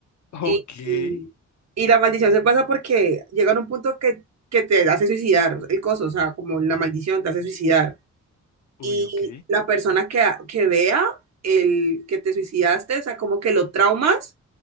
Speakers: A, on the left; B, on the right.
A: <laughs> Ok.
B: Y, y, y la maldición se pasa porque llega a un punto que, que te hace suicidar el coso, o sea, como la maldición te hace suicidar.
A: Uy,
B: Y
A: ok.
B: la persona que, que vea el que te suicidaste, o sea, como que lo traumas